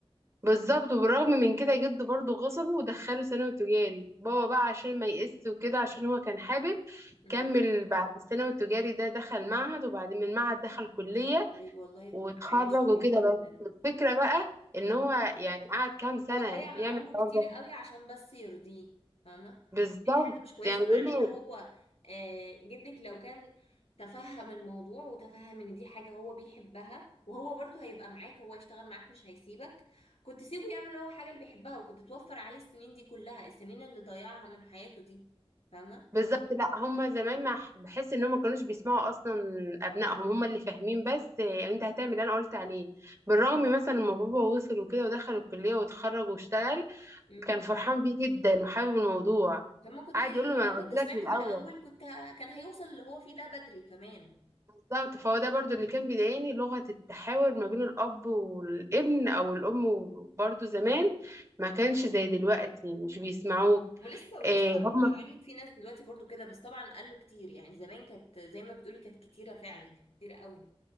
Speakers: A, on the right (about 30°); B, on the left (about 85°).
A: بالظبط وبالرغم من كده جده برضه غصبه ودخله ثانوي تجاري بابا بقى عشان ما يقس وكده عشان هو كان حابب
B: امم
A: كمل بعد الثانوي التجاري ده دخل معهد وبعدين من معهد دخل كلية
B: طيب والله
A: واتخرج
B: عايش كويس
A: وكده
B: جدا
A: بس الفكرة بقى ان
B: امم
A: هو يعني قعد كام سنة
B: هو ضيع من
A: يعمل
B: عمره
A: الحوار
B: كتير
A: ده
B: قوي عشان بس يرضيه فاهمة
A: بالظبط
B: دي حاجة مش كويسة
A: يعني
B: مع
A: بيقول لي
B: ان هو آه، جدك لو كان تفهم الموضوع وتفهم ان دي حاجة هو بيحبها وهو برضو هيبقى معاك هو يشتغل معاك مش هيسيبك كنت سيبه يعمل هو حاجة اللي بيحبها وكنت توفر عليه السنين دي كلها السنين اللي ضيعها من حياته دي فاهمة
A: بالظبط لا هما زمان ما ح- بحس ان هما ما كانوش بيسمعوا اصلا ابنائهم هما اللي فاهمين بس إيه، انت هتعمل اللي انا قلت عليه بالرغم مثلا لما بابا وصل وكده ودخل الكلية واتخرج واشتغل
B: مم.
A: كان فرحان بيه جدا وحابب الموضوع
B: طب ما كنت
A: قعد يقول له ما
B: لو
A: انا
B: كنت
A: قلت
B: سمعته
A: لك من الاول
B: من الأول كنت ه- كان هيوصل اللي هو فيه ده بدري كمان
A: بالظبط فهو ده برضو اللي كان بيضايقني لغة التحاور ما بين الاب والابن او الام برضو زمان ما كانش زي دلوقتي مش بيسمعوك
B: ولسه ولسه
A: إيه هم
B: على فكرة لعلمك في ناس دلوقتي برضو كده بس طبعا قالوا كتير يعني زمان كانت زي ما بتقولي كانت كتيرة فعلا كانت كتيرة قوي